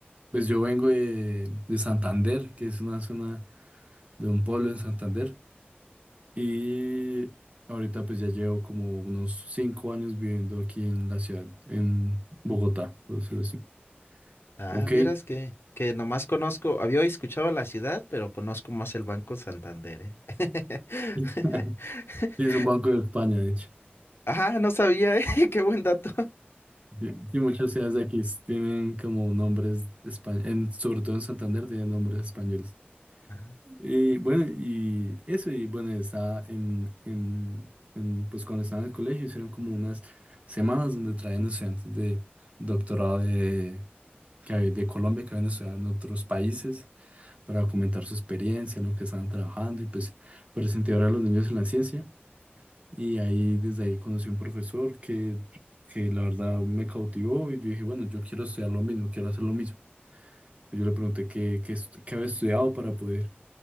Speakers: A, on the right (about 35°); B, on the left (about 75°).
A: Pues yo vengo de, de Santander, que es una zona de un pueblo en Santander. Y ahorita pues ya llevo como unos cinco años viviendo aquí en la ciudad, en Bogotá, por decirlo así.
B: Ah,
A: Ok.
B: vieras que, que nomás conozco, había escuchado la ciudad, pero conozco más el Banco Santander, ¿eh?
A: <laughs>
B: <laughs>
A: Sí, es un banco de España, de hecho.
B: Ah, no sabía, ¿eh? <laughs> Qué buen dato.
A: Sí, sí, muchas ciudades de aquí tienen como nombres españoles, sobre todo en Santander tienen nombres españoles.
B: <laughs>
A: Y bueno, y eso, y bueno, estaba en, en, en, pues cuando estaba en el colegio hicieron como unas semanas donde traían estudiantes de doctorado de, que hab- de Colombia que habían estudiado en otros países para comentar su experiencia, en lo que estaban trabajando y pues por incentivar a los niños en la ciencia. Y ahí, desde ahí conocí un profesor que, que la verdad me cautivó y yo dije, bueno, yo quiero estudiar lo mismo, quiero hacer lo mismo. Yo le pregunté qué, qué, est- qué había estudiado para poder